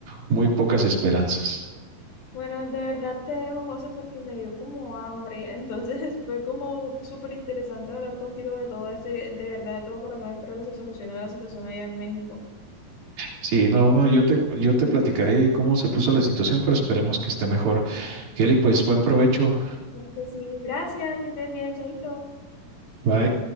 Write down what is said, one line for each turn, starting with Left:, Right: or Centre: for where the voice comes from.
Right: muy pocas esperanzas.
Left: Bueno, de verdad te dejo, José, porque me dio como hambre. Entonces <laughs> fue como súper interesante hablar contigo de todo esto y de, de verdad de todo corazón espero que se solucione la situación allá en México.
Right: Sí, no, no, yo te, yo te platicaré cómo se puso la situación, pero esperemos que esté mejor. Kelly, pues buen provecho.
Left: Porque sí, gracias, que estés bien, chaito.
Right: Bye.